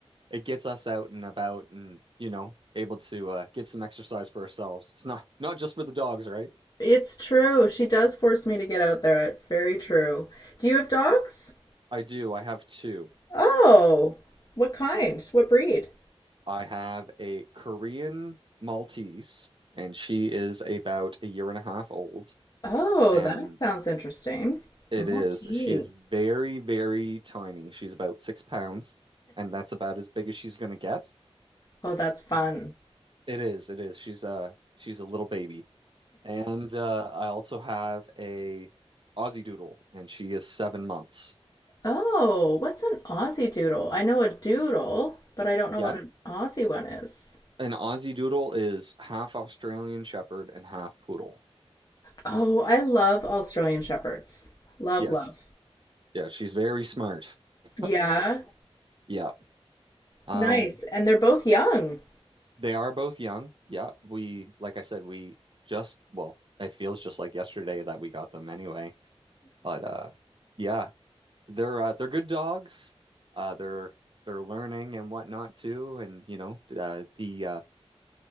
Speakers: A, on the right (about 50°); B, on the left (about 40°).
A: it gets us out and about, and you know, able to uh, get some exercise for ourselves. It's not not just for the dogs, right?
B: It's true. She does force me to get out there. It's very true. Do you have dogs?
A: I do. I have two.
B: Oh, what kind? What breed?
A: I have a Korean Maltese, and she is about a year and a half old.
B: Oh,
A: And
B: that sounds interesting.
A: it
B: Maltese.
A: is she is very, very tiny. She's about six pounds, and that's about as big as she's gonna get.
B: Oh, that's fun.
A: Mhm. It is, it is. She's uh she's a little baby. And uh, I also have a Aussie Doodle, and she is seven months.
B: Oh, what's an Aussie doodle? I know a doodle, but I don't know
A: Yep.
B: what an Aussie one is.
A: An Aussie Doodle is half Australian Shepherd and half poodle.
B: Oh, I love Australian Shepherds. Love,
A: Yes.
B: love.
A: Yeah, she's very smart. <laughs>
B: Yeah,
A: Yeah. Um,
B: nice. And they're both young.
A: they are both young. Yeah. We, like I said, we just, well, it feels just like yesterday that we got them anyway. But uh yeah, they're uh, they're good dogs. Uh they're they're learning and whatnot too. And you know, uh, the uh